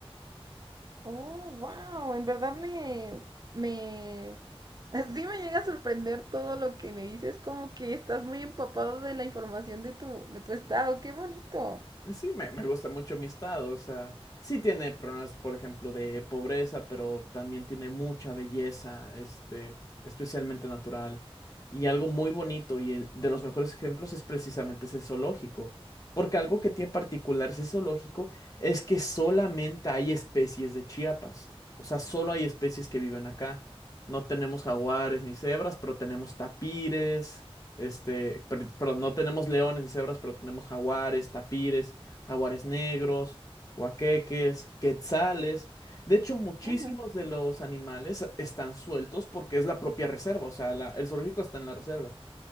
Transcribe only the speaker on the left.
Sí, me, me gusta mucho mi estado, o sea, sí tiene problemas, por ejemplo, de pobreza, pero también tiene mucha belleza, este, especialmente natural. Y algo muy bonito, y el- de los mejores ejemplos es precisamente ese zoológico, porque algo que tiene particular ese zoológico es que solamente hay especies de Chiapas, o sea, solo hay especies que viven acá. No tenemos jaguares ni cebras, pero tenemos tapires. Este, per- perdón, no tenemos leones y cebras, pero tenemos jaguares, tapires jaguares negros, huaqueques, quetzales. De hecho, muchísimos
de los animales están sueltos porque es la propia reserva, o sea, la- el zoológico está en la reserva.